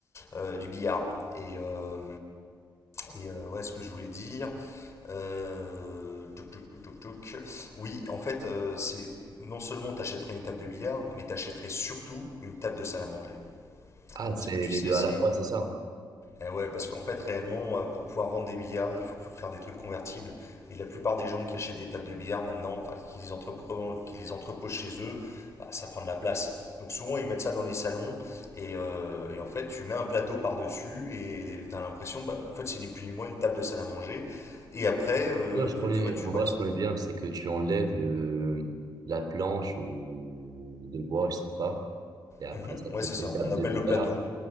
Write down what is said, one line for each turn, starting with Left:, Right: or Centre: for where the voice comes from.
Left: euh, du billard. Et, euh, et, euh, ouais, ce que je voulais dire, euh, touc, touc, touc, touc, Oui, en fait, euh, c'est non seulement t'achèterais une table de billard, mais t'achèterais surtout une table de salle à manger.
Right: Ah,
Left: Parce
Right: c'est
Left: que tu
Right: les
Left: sais,
Right: deux
Left: c'est
Right: à la fois, c'est ça.
Left: eh ouais, parce qu'en fait, réellement, euh, pour pouvoir vendre des billards, il faut que- faire des trucs convertibles. Et la plupart des gens qui achètent des tables de billard maintenant, enfin, qui les entreposent, qui les entreposent chez eux, bah, ça prend de la place. Donc souvent, ils mettent ça dans les salons. Et, euh, et en fait, tu mets un plateau par-dessus et tu as l'impression, bah, en fait, c'est ni plus ni moins une table de salle à manger. Et après, euh,
Right: Non, je connais,
Left: tu tu vois, tu...
Right: en
Left: re-
Right: vrai, je connais bien, c'est que tu enlèves le, la planche ou de bois, je sais pas. Et après,
Left: Mhm,
Right: ça te
Left: ouais, c'est
Right: fait
Left: ça.
Right: une table
Left: On appelle
Right: de billard.
Left: le plateau.